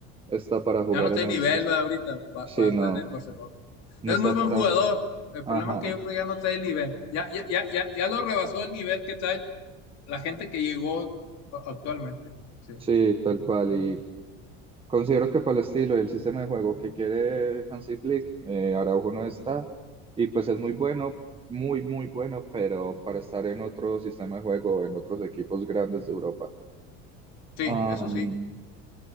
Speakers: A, on the right (about 15°); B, on the left (about 55°).
A: está para jugar
B: Ya no está
A: en
B: tiene
A: el...
B: nivel,
A: sis-
B: va, ahorita,
A: Sí,
B: para estar
A: no,
B: en el Barcelona.
A: no
B: Es
A: está
B: muy buen
A: para...
B: jugador. El
A: Ajá,
B: problema es que yo creo que ya no trae el nivel. Ya, ya, ya, ya, ya lo rebasó el nivel que trae la gente que llegó a- actualmente. Sí,
A: sí, tal cual. Y Considero que para el estilo y el sistema de juego que quiere Hansi Flick, eh, Araujo no está, y pues es muy bueno, muy, muy bueno, pero para estar en otro sistema de juego, en otros equipos grandes de Europa.
B: sí,
A: Am,
B: eso sí,